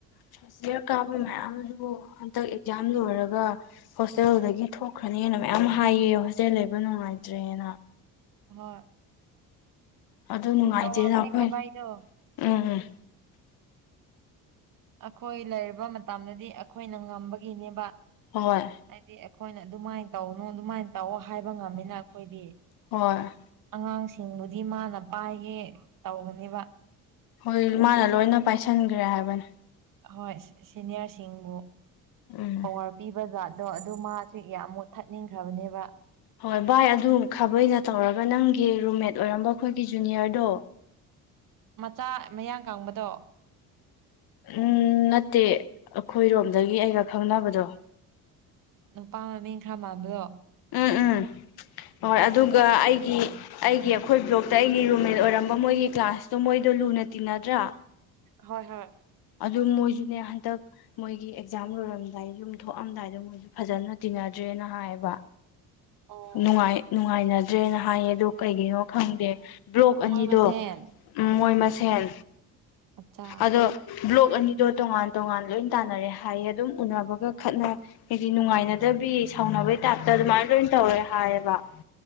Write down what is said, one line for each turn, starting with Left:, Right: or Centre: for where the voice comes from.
Left: ꯐꯥꯔꯁ ꯁꯦꯅꯤꯑꯣꯔ ꯀꯥꯕꯥ ꯃꯌꯥꯝꯗꯨ ꯍꯟꯗꯛ ꯑꯦꯛꯖꯥꯝ ꯂꯣꯏꯔꯒ ꯍꯣꯁꯇꯦꯜꯗꯒꯤ ꯊꯣꯛꯈ꯭ꯔꯅꯤꯅ ꯃꯌꯥꯝ ꯍꯥꯏꯌꯦ ꯍꯣꯁꯇꯦꯜ ꯂꯩꯕ ꯅꯨꯡꯉꯥꯏꯇ꯭ꯔꯦꯅ
Right: ꯍꯣꯏ
Left: ꯑꯗꯨ ꯅꯨꯡꯉꯥꯏꯇꯦꯗ
Right: ꯇꯧꯔꯝꯅꯤ
Left: ꯑꯩꯈꯣꯏ
Right: ꯈꯥꯕꯩꯗꯣ
Left: ꯎꯝ ꯎꯝ
Right: ꯑꯩꯈꯣꯏ ꯂꯩꯔꯤꯕ ꯃꯇꯝꯗꯗꯤ ꯑꯩꯈꯣꯏꯅ ꯉꯝꯕꯒꯤꯅꯦꯕ
Left: ꯍꯣꯏ
Right: ꯍꯥꯏꯗꯤ ꯑꯩꯈꯣꯏꯅ ꯑꯗꯨꯃꯥꯏꯅ ꯇꯧꯅꯨ ꯑꯗꯨꯃꯥꯏꯅ ꯇꯧꯑꯣ ꯍꯥꯏꯕ ꯉꯝꯃꯦꯅ ꯑꯈꯣꯏꯗꯤ
Left: ꯍꯣꯏ
Right: ꯑꯉꯥꯡꯁꯤꯡꯕꯨꯗꯤ ꯃꯥꯅ ꯄꯥꯏꯒꯦ ꯇꯧꯕꯅꯦꯕ
Left: ꯍꯣꯏ ꯃꯥꯅ ꯂꯣꯏꯅ ꯄꯥꯏꯁꯟꯈ꯭ꯔꯦ ꯍꯥꯏꯕꯅꯦ
Right: ꯍꯣꯏ ꯁꯤꯅꯤꯌꯥꯔꯁꯤꯡꯕꯨ
Left: ꯎꯝ
Right: ꯄꯋꯥꯔ ꯄꯤꯕ ꯖꯥꯠꯗꯣ ꯑꯗꯨ ꯃꯥꯁꯦ ꯌꯥꯝ ꯃꯨꯊꯠ ꯅꯤꯡꯈ꯭ꯔꯕꯅꯦꯕ
Left: ꯍꯣꯏ ꯚꯥꯏ ꯑꯗꯨ ꯈꯥꯕꯩꯅ ꯇꯧꯔꯒ ꯅꯪꯒꯤ ꯔꯨꯝꯃꯦꯠ ꯑꯣꯏꯔꯝꯕ ꯑꯈꯣꯏꯒꯤ ꯖꯨꯅꯤꯌꯔꯗꯣ
Right: ꯃꯆꯥ ꯃꯌꯥꯡ ꯀꯥꯡꯕꯗꯣ
Left: ꯎꯝ ꯅꯠꯇꯦ ꯑꯩꯈꯣꯏꯔꯣꯝꯗꯒꯤ ꯑꯩꯒ ꯈꯪꯅꯕꯗꯣ
Right: ꯅꯨꯄꯥ ꯃꯃꯤꯡ ꯈꯔꯥ ꯃꯥꯟꯕꯗꯣ
Left: ꯎꯝ ꯍꯣꯏ ꯑꯗꯨꯒ ꯑꯩꯒꯤ ꯑꯩꯒꯤ ꯑꯈꯣꯏ ꯒꯔꯨꯞꯇ ꯑꯩꯒꯤ ꯔꯨꯝꯃꯦꯠ ꯑꯣꯏꯔꯝꯕ ꯃꯣꯏꯒꯤ ꯀ꯭ꯂꯥꯁꯇꯣ ꯃꯣꯏꯗꯣ ꯂꯨꯅ ꯇꯤꯟꯅꯗ꯭ꯔꯥ
Right: ꯍꯣꯏ ꯍꯣꯏ
Left: ꯑꯗꯨ ꯃꯣꯏꯁꯨꯅꯦ ꯍꯟꯗꯛ ꯃꯣꯏꯒꯤ ꯑꯦꯛꯖꯥꯝ ꯂꯣꯏꯔꯝꯗꯥꯏ ꯌꯨꯝ ꯊꯣꯛꯑꯝꯗꯥꯏꯗ ꯃꯣꯏꯁꯨ ꯐꯖꯅ ꯇꯤꯟꯅꯗ꯭ꯔꯦꯅ ꯍꯥꯏꯌꯦꯕ
Right: ꯑꯣ
Left: ꯅꯨꯡꯉꯥꯏ ꯅꯨꯡꯉꯥꯏꯅꯗ꯭ꯔꯦꯅ ꯍꯥꯏꯌꯦ ꯑꯣ ꯀꯩꯒꯤꯅꯣ ꯈꯪꯗꯦ ꯕ꯭ꯂꯣꯛ
Right: ꯃꯣꯏ
Left: ꯑꯅꯤꯗꯣ
Right: ꯃꯁꯦꯟ
Left: ꯎꯝ ꯃꯣꯏ ꯃꯁꯦꯟ
Right: ꯑꯆꯥ
Left: ꯑꯗꯣ ꯕ꯭ꯂꯣꯛ ꯑꯅꯤꯗꯣ ꯇꯣꯉꯥꯟ ꯇꯣꯉꯥꯟ ꯂꯣꯏ ꯇꯥꯟꯅꯔꯦ ꯍꯥꯏꯌꯦ ꯑꯗꯨꯝ ꯎꯅꯕꯒ ꯈꯠꯅ ꯍꯥꯏꯗꯤ ꯅꯨꯡꯉꯥꯏꯅꯗꯕꯤ ꯁꯥꯎꯅꯕꯩ ꯇꯥꯏꯞꯇ ꯑꯗꯨꯃꯥꯏꯅ ꯂꯣꯏꯅ ꯇꯧꯔꯦ ꯍꯥꯏꯌꯦꯕ